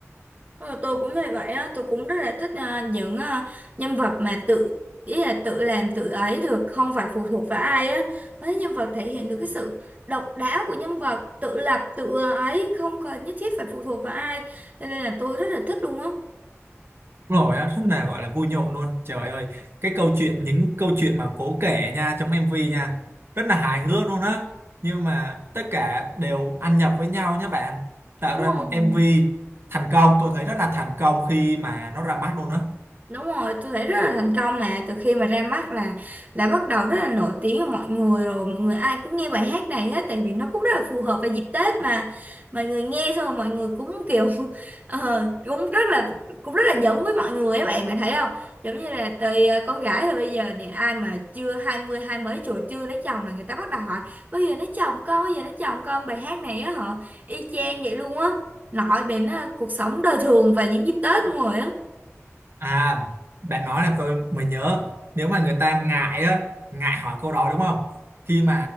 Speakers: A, on the right; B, on the right.
A: Ờ, tôi cũng thấy vậy á, tôi cũng rất là thích à, những à, nhân vật mà tự ý là tự làm tự ấy được, không phải phụ thuộc vào ai á. Với nhân vật thể hiện được cái sự độc đáo của nhân vật, tự lập tự ấy, không cần nhất thiết phải phụ thuộc vào ai. Cho nên là tôi rất là thích luôn á.
B: Đúng rồi á, rất là gọi là vui nhộn luôn trời ơi cái câu chuyện những câu chuyện mà cố kể nha trong MV nha rất là hài hước luôn á nhưng mà tất cả đều ăn nhập với nhau nhé bạn tạo
A: Đúng
B: ra
A: rồi.
B: một MV thành công tôi thấy rất là thành công khi mà nó ra mắt luôn á
A: Đúng rồi, tôi thấy rất là thành công mà từ khi mà ra mắt là là bắt đầu rất là nổi tiếng ở mọi người rồi, mọi người ai cũng nghe bài hát này hết tại vì nó cũng rất là phù hợp vào dịp Tết mà. Mọi người nghe xong rồi mọi người cũng kiểu <laughs> ờ, cũng rất là cũng rất là giống với mọi người á bạn bạn thấy không? Giống như là từ ờ, con gái rồi bây giờ nè, ai mà chưa 20 hai mấy tuổi chưa lấy chồng là người ta bắt đầu hỏi bao giờ lấy chồng con, bao giờ lấy chồng con bài hát này á họ y chang vậy luôn á. Nói đến ờ, cuộc sống đời thường và những dịp Tết luôn rồi á.
B: À, bạn nói là tôi mới nhớ nếu mà người ta ngại á, ngại hỏi câu đó đúng không? Khi mà